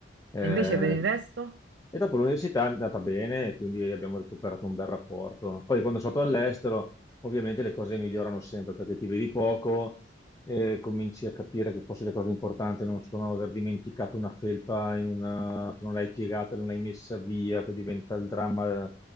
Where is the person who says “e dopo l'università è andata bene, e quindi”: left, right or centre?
Left